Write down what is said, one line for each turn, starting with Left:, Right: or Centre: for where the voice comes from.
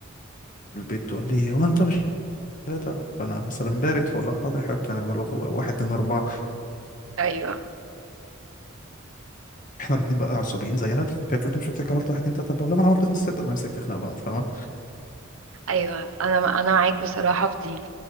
Left: البيت تقول لي هو انت مش ثلاثة فانا مثلا بارد فولا حاضر حضرتك هنعمله في واحد اتنين اربعة
Right: ايوه
Left: احنا الاتنين بقى عصبيين زيها فهي تقول لي مش قلت لك عملت واحد اتنين تلاتة بقول لها ما انا عملت خمسة ستة ونمسك نخنق بعض فاهمة
Right: ايوه انا انا معاك بصراحه في دي